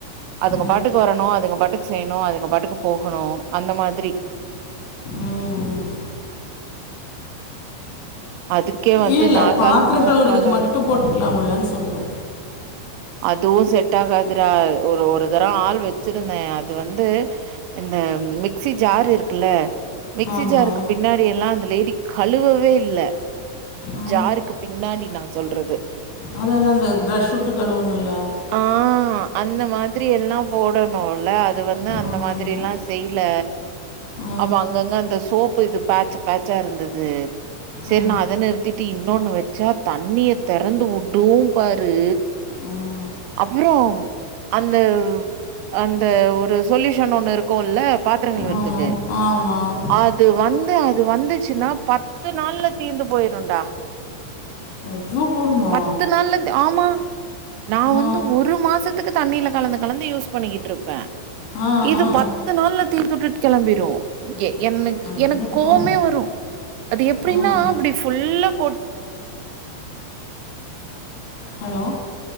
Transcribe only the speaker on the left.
ஆ
ம்
இல்லல்ல
பாத்திரங்
கழுவுறதுக்கு மட்டு போட்டுக்கலாம்லன்னு சொல்றே
ஆமா
ஆ
அதா அதா இந்த பிரஷ் வுட்டு கழுவுவோம்ல்லா
ஆமாம்
ஆ
ஆ
ஆ
ஆமாம் ஆமாம்
அவ்வளோ போடுமா
ஆ
ஆ
ஆ
அடேயப்பா
ஆ ஆ.
ஹலோ